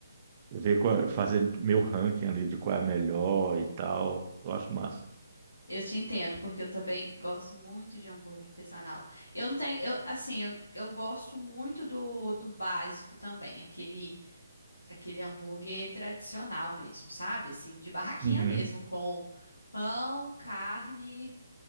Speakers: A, on the right; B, on the left.
A: ver qual, é, fazer meu ranking ali de qual é a melhor e tal. Eu acho massa.
B: Eu te entendo, porque eu também gosto muito de hambúrguer artesanal. Eu não tenho, eu, assim, eu, eu gosto muito do, do básico também, aquele, aquele hambúrguer tradicional mesmo, sabe? Assim, de barraquinha
A: Uhum,
B: mesmo, com pão, carne,